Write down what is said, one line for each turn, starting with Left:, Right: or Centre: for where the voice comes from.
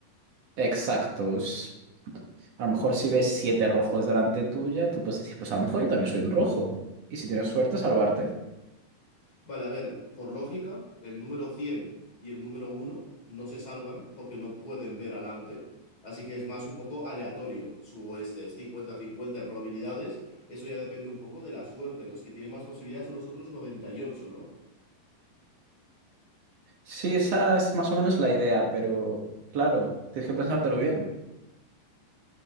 Right: Exacto. es- A lo mejor si ves siete rojos delante tuya, tú puedes decir, pues a lo mejor yo también soy un rojo. Y si tienes suerte, salvarte.
Left: Vale, a ver, por lógica, el número 100 y el número uno no se salvan porque no pueden ver adelante, así que es más un poco aleatorio su este, es cincuenta cincuenta de probabilidades, eso ya depende un poco de la suerte, los que tienen más posibilidades son los otros noventa y ocho ¿no?
Right: Sí, esa es más o menos la idea, pero claro, tienes que pensártelo bien.